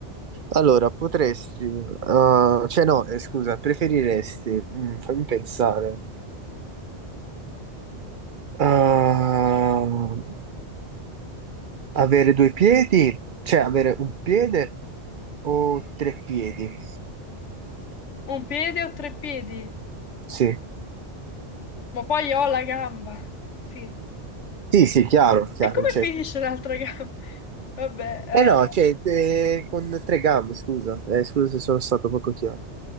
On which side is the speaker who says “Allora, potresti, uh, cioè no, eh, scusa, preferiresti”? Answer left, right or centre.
Right